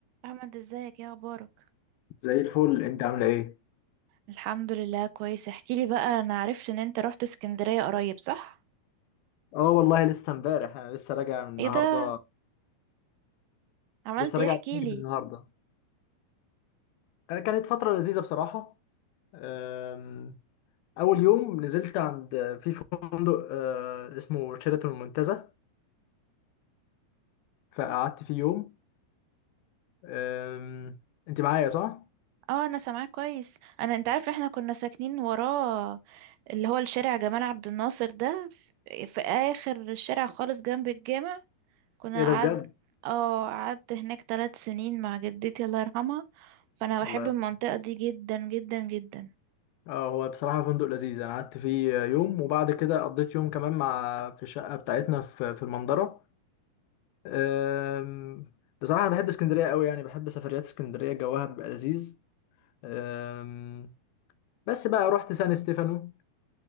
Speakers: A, on the right; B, on the left.
A: احمد ازيك يا اخبارك
B: زي الفل انت عامله ايه
A: الحمد لله كويس احكيلي بقى انا عرفت ان انت رحت اسكندرية قريب صح
B: اه والله لسه امبارح انا لسه راجع من النهارده
A: ايه ده عملت
B: لسه راجع
A: ايه احكيلي
B: من النهارده آه، كانت فتره لذيذه بصراحه آم، اول يوم نزلت عند في فندق آه، اسمه شيراتون المنتزه فقعدت فيه يوم آم، انت معايا صح
A: اه انا سامعاك كويس انا انت عارف احنا كنا ساكنين وراه اللي هو الشارع جمال عبد الناصر ده في في اخر الشارع خالص جنب الجامع كنا
B: ايه
A: قعد
B: ده بجد
A: اه قعدت هناك ثلاث سنين مع جدتي الله يرحمها فانا
B: والله
A: بحب المنطقة دي جدا جدا جدا
B: اه هو بصراحه فندق لذيذ انا قعدت فيه يوم وبعد كده قضيت يوم كمان مع في الشقه بتاعتنا في في المنظره أم، بصراحة أنا بحب اسكندرية قوي يعني بحب سفريات اسكندرية جوها بيبقى لذيذ أم، بس بقى رحت سان ستيفانو